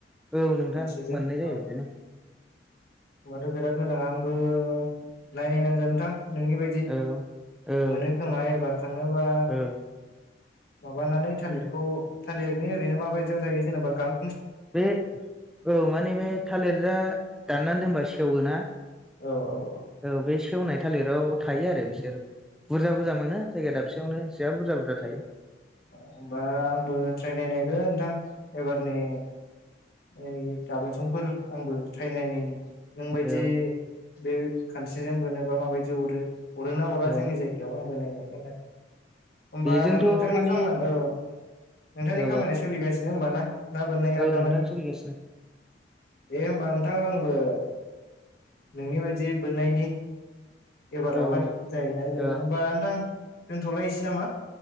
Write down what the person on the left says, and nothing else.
खानस्रिजों
औ
होमबाथ' बिराद मोजां आंबो नायनायनांगोन नोंथां नोंनि बाय दि
मोनो खोमा एबार थाङोबा
माबानानै थालिरखौ थालिरनि ओरैनो माबायदियाव थायो जेनेबा गां
औ औ औ
होनबा आंबो ट्राइ नायनायगोन नोंथां एबारनि ओइ गाबोन संफोर आंबो ट्राइ नायनायनि नोंबायदि
बे खान्स्रिजों बोनोबा माबायदि अरो अरो ना अरा
जोंनि जायगायाव आंबो नायनायगोन आरो। होमबा
नोंथांनि
खामान ओ नोंथांनि
खामानिया सोलिगासिनो होमबाना ना बोननाया
दामानि?
दे होमबा नोंथां आंबो नोंनि बायदि बोननायनि एबारावहाय
जायोना जाया
होमबा नोंथां दोन्थ'लायनोसै नामा?